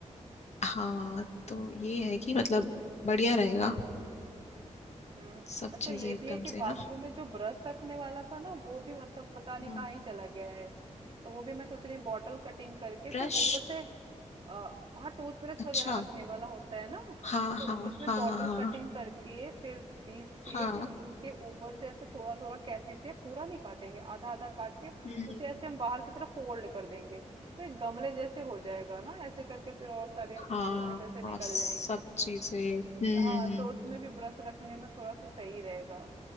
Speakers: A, on the left (about 60°); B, on the right (about 45°).
A: हाँ तो ये है कि मतलब बढ़िया रहेगा
B: हम्म
A: सब
B: अच्छा
A: चीजें
B: ये
A: एकदम
B: भी है कि
A: से
B: बाथरूम
A: ना
B: में जो ब्रश रखने वाला था ना वो भी मतलब पता नहीं
A: हम्म
B: कहाँ ही चला गया है तो वो भी मैं सोच रही हूँ बॉटल कटिंग करके
A: ब्रश
B: फिर ऊपर से आ, हाँ टूथब्रश
A: अच्छा
B: वगैरह रखने वाला होता है ना
A: हाँ
B: तो
A: हाँ
B: उसमें
A: हाँ
B: बॉटल
A: हाँ हाँ
B: कटिंग करके फिर बीच से
A: हाँ
B: फिर उसके ऊपर से ऐसे थोड़ा थोड़ा कैंची से पूरा नहीं काटेंगे आधा आधा काट के
A: हम्म,
B: उसे ऐसे हम बाहर की तरफ फोल्ड कर देंगे तो एक गमले जैसे हो जाएगा ना ऐसे करके फिर और सारे
A: हाँ
B: जो ऐसे ऐसे निकल
A: और सब
B: जाएंगे
A: चीजें हम्म,
B: हाँ
A: हम्म,
B: तो उसमें भी ब्रश रखने में थोड़ा सा सही रहेगा